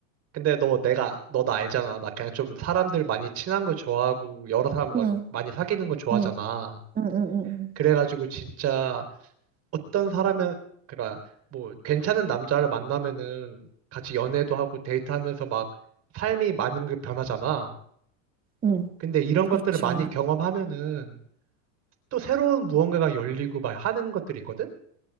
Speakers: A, on the right; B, on the right.
A: 근데 너 내가 너 나 알잖아. 나 그냥 좀 사람들 많이 친한 거 좋아하고 여러 사람 막
B: 응,
A: 많이 사귀는 거 좋아하잖아.
B: 응, 응, 응, 응,
A: 그래가지고 진짜 어떤 사람은 그러니까 뭐 괜찮은 남자를 만나면은 같이 연애도 하고 데이트하면서 막 삶이 많은 게 변하잖아.
B: 응,
A: 근데 이런
B: 그렇지
A: 것들을 많이
B: 아무래도.
A: 경험하면은 또 새로운 무언가가 열리고 막 하는 것들이 있거든.